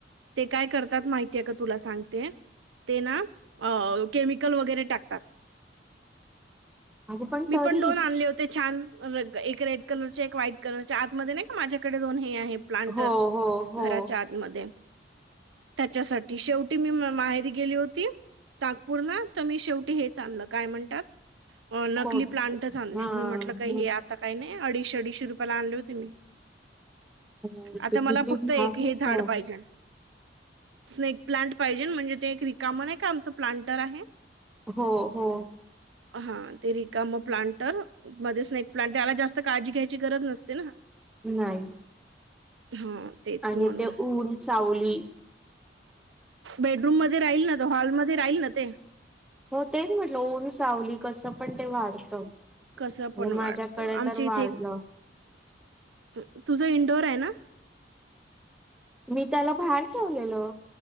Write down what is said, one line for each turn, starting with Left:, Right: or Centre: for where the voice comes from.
Right: ते काय करतात माहि ते का तुला सांगते ते ना अ केमिकल वगैरे टाकतात.
Centre: <unintelligible> अगं
Right: मी
Centre: तरी
Right: पण दोन आणले होते छान. दोन रंग एक रेड कलरच्या, एक व्हाईट कलरच्या आतमध्ये नाही का माझ्याकडे दोन हे आहे. प्लांटर्स
Centre: हो हो हो
Right: घराच्या आतमध्ये. त्याच्यासाठी शेवटी मी म माहेरी गेली होती. तातपूर्ण तर मी शेवटी हेच चांगलं काय म्हणतात अ नकली
Centre: खोट
Right: प्लांटच आणले,
Centre: हा
Right: मी म्हटलं काही
Centre: हो
Right: हे आता काही नाही अडीचशे अडीचशे रुपयाला आणले होते मी.
Centre: हो
Right: आता
Centre: ते
Right: मला
Centre: किती
Right: फक्त
Centre: महाग
Right: एक हे
Centre: होता
Right: झाड पाहिजे स्नेक प्लांट पाहिजेल, म्हणजे ते एक रिकाम नाही का आमचं प्लांटर आहे.
Centre: हो हो.
Right: हा ते रिकाम प्लांट मध्ये स्नेक प्लांट त्याला जास्त काळजी घ्यायची गरज नसते ना
Centre: नाही
Right: हा तेच
Centre: आणि
Right: म्हणून
Centre: ते ऊन चावली
Right: बेडरूम मध्ये राहील ना गं, हॉलमध्ये राहील ना ते.
Centre: हो तेच म्हटलं ऊन सावली कसं पण ते वाढतं
Right: कसं
Centre: म्हणजे
Right: पण
Centre: माझ्याकडे
Right: वाढतं आमच्या
Centre: तर वाढलं
Right: इथे तू तुझं इंडोर आहे ना.
Centre: मी त्याला बाहेर ठेवलेल